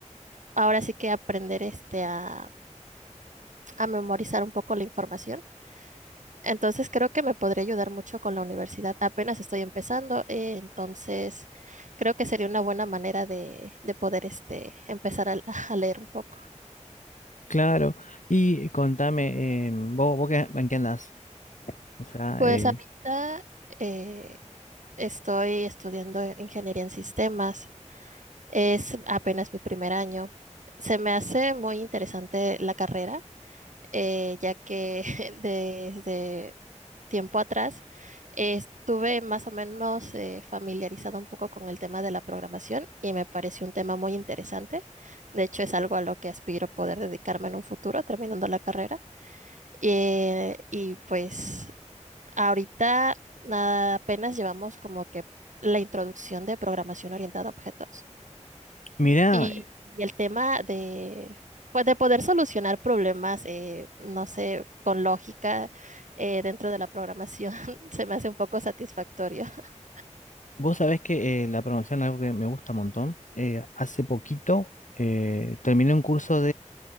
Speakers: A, on the right; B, on the left.
A: ahora sí que aprender, este, a, a memorizar un poco la información. Entonces creo que me podría ayudar mucho con la universidad. Apenas estoy empezando, eh, entonces creo que sería una buena manera de, de poder este, empezar a, <laughs> a leer un poco.
B: Claro. Y contame, eh, ¿vos, vos qué- en qué andás? O sea,
A: Pues
B: eh,
A: ahorita eh, estoy estudiando ingeniería en sistemas. Es apenas mi primer año. Se me hace muy interesante la carrera, eh, ya que <laughs> desde tiempo atrás, eh, estuve más o menos eh, familiarizada un poco con el tema de la programación y me pareció un tema muy interesante. De hecho, es algo a lo que aspiro poder dedicarme en un futuro, terminando la carrera. Eh, y pues ahorita ah, apenas llevamos como que la introducción de programación orientada a objetos.
B: mirá,
A: Y, y el tema de, pues de poder solucionar problemas, eh, no sé, con lógica eh, dentro de la programación, <laughs> se me hace un poco satisfactorio. <laughs>
B: vos sabés que eh, la programación es algo que me gusta un montón. Eh, hace poquito eh, terminé un curso